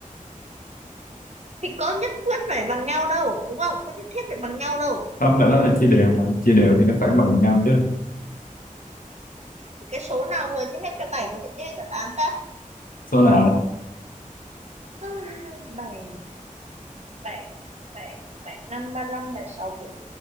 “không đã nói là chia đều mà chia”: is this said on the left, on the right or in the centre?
Left